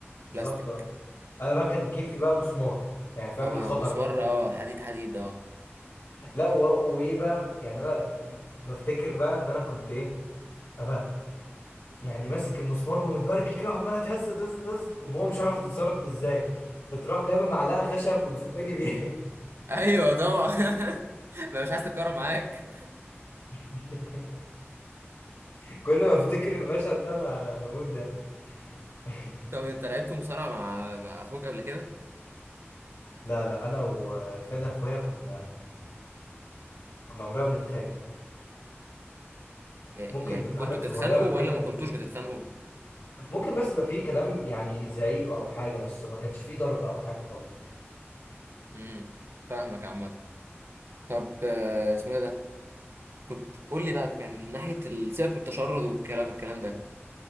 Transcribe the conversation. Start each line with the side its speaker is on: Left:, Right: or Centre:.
Left: بالظبط
Right: بلاستيك
Left: اه انا بقى كان كيفي بقى مسمار يعني فاهم
Right: أما
Left: الخطر
Right: مسمار
Left: بقى
Right: اه حديد حديد اه
Left: لا و... وايه بقى يعني انا بفتكر بقى ان انا كنت ايه أبقى يعني ماسك المسمار ومتبرجل كده وعماله تهز تهز تهز وماما مش عارفه تتصرف ازاي بتروح جايبه معلقه خشب وتزقني بيها
Right: ايوه طبعا <laughs> ما مش عايز تتكرر معاك
Left: <laughs> كل ما افتكر المشهد ده ب- بموت ده <laughs>
Right: طب انت لعبت مصارعه مع مع اخوك قبل كده
Left: لا لا انا وفادي اخويا كنا كنا عمرنا ما بنتخانق
Right: يعني
Left: ممكن يبقى في
Right: كنتوا
Left: حاجات
Right: بتتخانقوا
Left: صغيره كده
Right: ولا ما كنتوش بتتخانقوا
Left: ممكن بس يبقى في كلام يعني زعيق او حاجه بس ما كانش في ضرب او حاجه خالص
Right: امم فاهمك عامه طب آه، اسمه ايه ده كنت قول لي بقى كان ناحيه ال- سيبك من التشرد والكلام الكلام ده